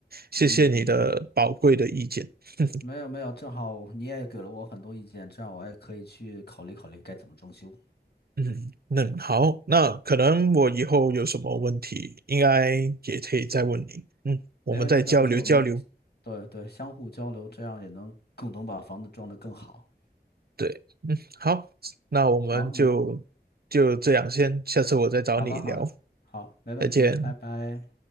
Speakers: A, on the right (about 65°); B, on the left (about 65°).
A: 谢谢你的宝贵的意见。
B: 嗯嗯。
A: <laughs>
B: 没有没有，正好你也给了我很多意见，这样我也可以去考虑考虑该怎么装修。
A: 嗯，那好，那可能我以后有什么问题，应该也可以再问你。嗯，我们再交流交流。
B: 没问题，没问题，嗯我们对对相互交流，这样也能共同把房子装得更好。
A: 对，嗯，好，那我们就就这样先，
B: 好，那
A: 下次我再找你聊，
B: 好了好了，好，没问题，
A: 再见。
B: 拜拜。